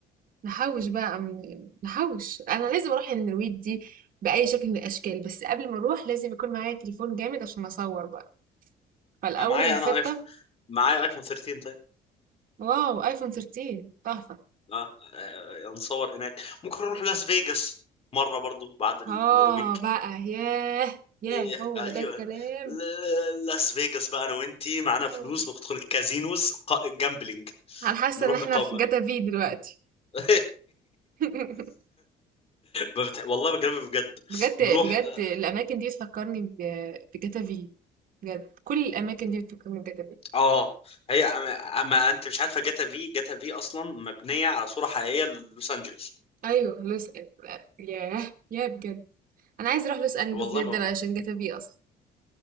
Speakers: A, on the right; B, on the left.
A: نحوش بقى من... نحوش انا لازم اروح النرويج دي باي شكل من الاشكال بس قبل ما اروح لازم يكون معايا تليفون جامد عشان اصور بقى فالاول
B: أنا معايا
A: الخطه
B: انا ايفون معايا ايفون 13 طيب
A: واو ايفون 13 تحفه
B: اه آه، هنصور هناك ممكن نروح لاس فيجاس مرة برضو بعد النرويج
A: اه بقى ياه ياه
B: إيه،
A: هو
B: ايوه
A: ده الكلام
B: ل- لاس فيجاس بقى انا وانتي معانا
A: آه.
B: فلوس ندخل الكازينوز جامبلينج
A: انا حاسه
B: نروح
A: ان احنا
B: نقامر
A: في جاتا في دلوقتي
B: <laughs>
A: <laughs>
B: ما بتح... والله بكلمك بجد
A: بجد
B: نروح
A: بجد
B: آه،
A: الاماكن دي بتفكرني ب... بجاتا في بجد كل الاماكن دي بتفكرني بجاتا في
B: اه هي أما أما انت مش عارفه جاتا في جاتا في اصلا مبنيه على صوره حقيقيه للوس انجلوس
A: ايوه لوس ياه ياه بجد انا عايز اروح لوس انجلوس
B: والله
A: جدا
B: ما
A: علشان جاتا في اصلا